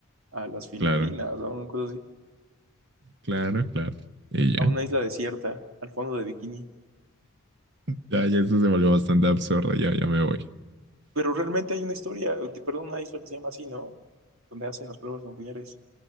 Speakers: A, on the right; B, on the right.
A: a las Filipinas
B: Claro,
A: o una cosa así,
B: claro, claro. Y ya,
A: a una isla desierta, al fondo de Bikini.
B: ya, ya esto se volvió bastante absurdo, ya, ya me voy.
A: Pero realmente hay una historia, perdón, una isla que se llama así, ¿no? Donde hacen las pruebas nucleares.